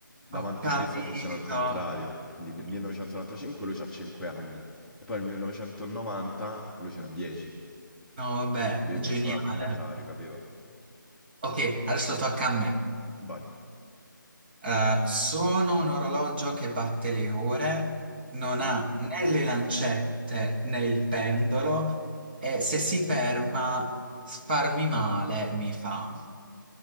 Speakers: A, in the centre; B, on the right.
A: Davanti
B: Ho capito.
A: Cristo funziona al contrario. Quindi
B: tutto.
A: nel 1995 lui ha 5 anni e poi nel 1990 lui ce n'ha 10.
B: No, vabbè,
A: Devi
B: geniale.
A: pensare al contrario, capito?
B: Ok, adesso tocca a me.
A: Vai.
B: Eh, sono un orologio che batte le ore, non
A: Mhm.
B: ha né le lancette né il pendolo e se si ferma farmi male mi fa.